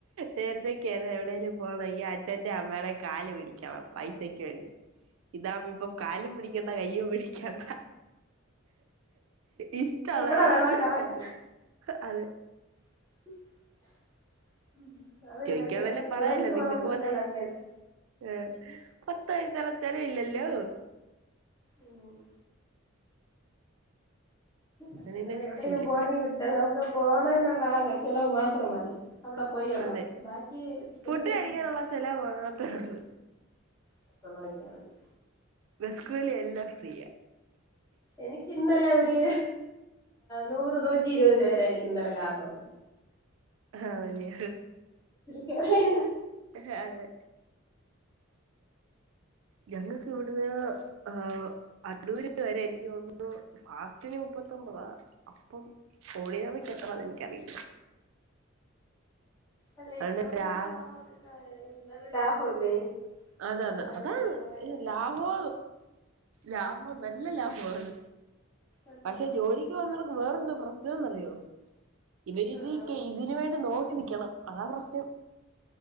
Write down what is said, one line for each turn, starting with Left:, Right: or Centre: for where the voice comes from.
Right: നേരത്തെ ഒക്കെ ആയിരുന്നേ എവിടേലും പോണേല് അച്ഛന്റേം അമ്മേടേം കാല് പിടിക്കണം പൈസക്ക് ഇതാവുമ്പോ ഇപ്പൊ കാലും പിടിക്കണ്ട കയ്യും പിടിക്കണ്ട ഇഷ്ടുള്ള
Left: എവിടെ
Right: എവിടാന്ന്
Left: വേണോ കറങ്ങാൻ
Right: വച്ച പ്പോ അത്
Left: <unintelligible> <inaudible> അതൊരു
Right: ചോദിക്കാവല്ലോ
Left: വലിയ
Right: പറയാലോ
Left: ജോലിക്ക് പോണവർക്കൊക്കെ
Right: നിങ്ങൾക്കുമത്
Left: നല്ലതാ
Right: ഏഹ് <unintelligible> ഹലോ
Left: ഊം മ്
Right: അതിന് രക്ഷയില്ല
Left: എവിടെേലും പോണെങ്കിൽ <unintelligible> പോണെന്നുള്ള ആകെ ചെലവ് മാത്രം മതി അവിടെ പോയുള്ള
Right: അതെ.
Left: ബാക്കി ബസിന്
Right: ഫുഡ് കഴിക്കാനുള്ള ചെലവ് മാത്രേ ഉള്ളു.
Left: <unintelligible> നോക്കിയാ മതി
Right: ബസ് കൂലി എല്ലാം ഫ്രീയാ
Left: എനിക്കിന്നലെ ഒരു നൂറ് നൂറ്റി ഇരുപത് രൂപരെ എനിക്ക് ഇന്നലെ ലാഭായി
Right: ആഹ് വലിയ
Left: കേറിയത്
Right: ഹ അതെ ഞങ്ങക്ക് ഇവിടുന്ന് ആഹ് അ അടൂര് വരെ എനിക്ക് തോന്നുന്നു ഫാസ്റ്റിന് മുപ്പത്തിയോമ്പതാ അപ്പം ഓഡിനറിക്കെത്രാന്ന്
Left: ആഹ് ആഹ്
Right: എനിക്കറിയത്തില്ല
Left: അല്ലെ
Right: അതുകൊണ്ട്
Left: ജോലിക്കൊക്കെ
Right: രാ
Left: പോണവർക്കൊക്കെ <unintelligible> ലാഭല്ലേ
Right: അതെ
Left: മാസം
Right: അതെ
Left: രണ്ടായിരം
Right: അതാണ്
Left: മൂവായിരം രൂപ
Right: ലാഭോ ലാഭോ നല്ല ലാഭ്വാണ്
Left: നല്ല
Right: പഷെ
Left: ലാഭം
Right: ജോലിക്കോന്നവർക്ക് വേറെന്തോ പ്രശ്നോന്നറിയോ ഇവരിതി
Left: ആഹ്
Right: ക്കെ ഇതിന് വേണ്ടി നോ രിക്കണം അതാ പ്രശ്നം